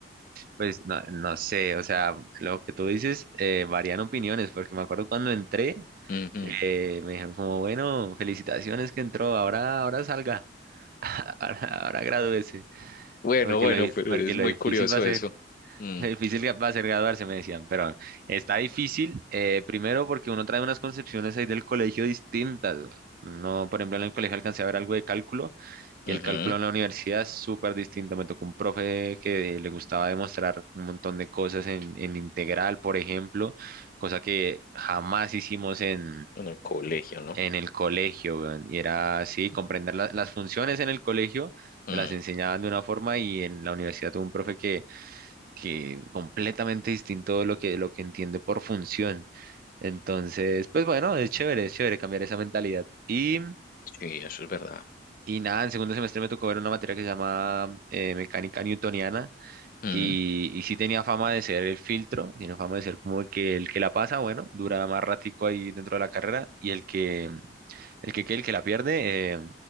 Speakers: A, on the right; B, on the left.
A: Pues no, no sé, o sea, lo que tú dices eh, varían opiniones, porque me acuerdo cuando entré.
B: Ujú.
A: Eh, me dijeron como, bueno, felicitaciones que entró, ahora, ahora salga, <laughs> ahora, ahora gradúese,
B: Bueno,
A: porque
B: bueno,
A: lo, di-
B: pero
A: porque
B: es
A: lo
B: muy
A: difícil
B: curioso
A: va a ser,
B: eso.
A: <laughs>
B: Mm,
A: lo difícil que va a ser graduarse, me decían, pero está difícil, eh, primero porque uno trae unas concepciones ahí del colegio distintas, güey. no, por ejemplo, en el colegio alcancé a ver algo de cálculo, y
B: ujú.
A: el cálculo en la universidad es súper distinto, me tocó un profe que le gustaba demostrar un montón de cosas en, en integral, por ejemplo, cosa que jamás hicimos en
B: En el colegio, ¿no?
A: en el colegio, weón. Y era así, comprender la- las funciones en el colegio,
B: Mm,
A: te las enseñaban de una forma y en la universidad tuve un profe que, que completamente distinto de lo que, lo que entiende por función. Entonces, pues bueno, es chévere, es chévere cambiar esa mentalidad. Y,
B: sí, eso es verdad.
A: y nada, en segundo semestre me tocó ver una materia que se llama eh, mecánica newtoniana
B: Mm,
A: y, y sí tenía fama de ser el filtro, tiene fama de ser como el que el que la pasa, bueno, dura más ratico ahí dentro de la carrera y el que el que, el que la pierde eh,